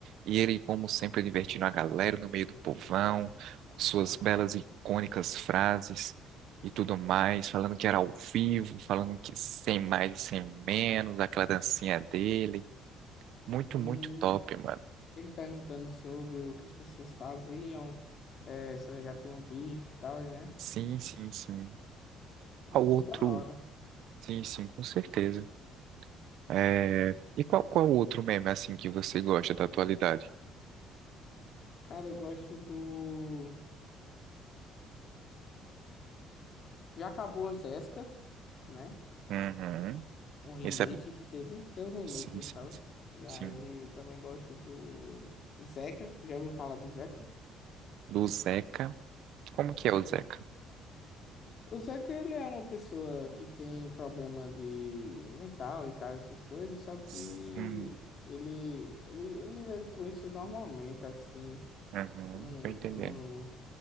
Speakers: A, on the right; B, on the left.
A: E ele, como sempre, divertindo a galera no meio do povão, com suas belas e icônicas frases e tudo mais, falando que era ao vivo, falando que sem mais e sem menos, aquela dancinha dele. Muito,
B: Hum,
A: muito top, mano.
B: ele perguntando sobre o que as pessoas faziam, eh, se elas já tinham visto e tal, né?
A: Sim, sim, sim. Ao
B: Muito
A: outro,
B: da hora.
A: sim, sim, com certeza. É... E qual, qual outro meme, assim, que você gosta da atualidade?
B: Cara, eu gosto do. Já acabou a Jéssica, né?
A: Uhum.
B: Um remake
A: Esse é...
B: que teve. Teve um remake
A: Sim,
B: e
A: sim,
B: tal.
A: sim.
B: E
A: Sim.
B: aí também gosto do Zeca. Já ouviu falar do Zeca?
A: Do Zeca. Como que
B: Uhum.
A: é o Zeca?
B: O Zeca, ele é uma pessoa que tem problema de mental e tal, essas coisas, só que
A: Sim.
B: ele, ele, ele lida com isso normalmente, assim.
A: Uhum.
B: não,
A: Tô entendendo.
B: não,